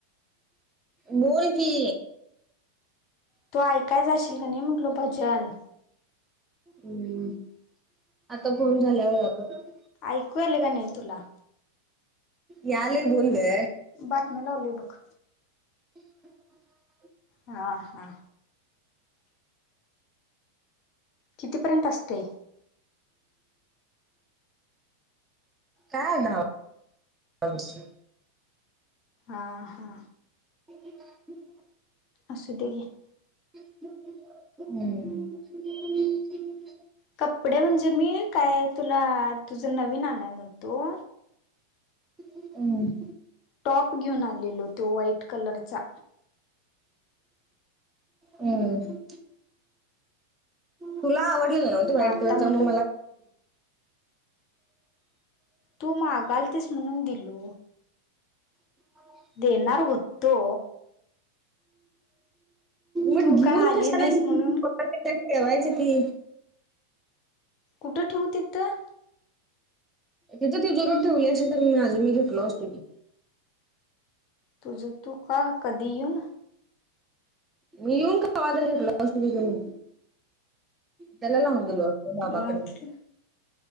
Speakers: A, on the right (about 15°); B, on the left (about 40°).
A: बोल की.
B: तू ऐकाय जाशील का नाही म्हटलं भजन?
A: हम्म आता फोन झाल्याव जातो.
B: ऐकू आल का नाही तुला?
A: यालय बोल ग.
B: बातम्या लावलीय बघ.
A: <inaudible>
B: हा ह. कितीपर्यंत असतय?
A: काय आनव? फणस.
B: हा ह.
A: <inaudible>
B: असूदेे की.
A: <inaudible> हम्म.
B: कपडे म्हणजे मी काय तुला, तुझं नवीन आणय नवतो.
A: हम्म.
B: टॉप घेऊन आलेलो तो व्हाईट कलरचा.
A: हम्म, तुला आवड लेलाना् तो व्हाईट
B: मग आता
A: कलरचा.
B: म्हंटल
A: मग मला
B: तू मागालतीस म्हणून दिलो.
A: <inaudible>
B: देनार होतो.
A: मग
B: तू
A: घिऊन
B: काय आली
A: कशाला
B: नाहीस म्हणून
A: <inaudible> ठेवायचं की.
B: कुठं ठिवु तीथं?
A: तिथ तीजोरीत ठेवली असलीस तर, माझं मी घेतलो असतो की.
B: तुझ तू का? कधी येऊन?
A: मी येऊन कावातर घेतलो आसतो की बघूऽ त्याला लावून दिलो असतो बाबाकडं.
B: म्हटलं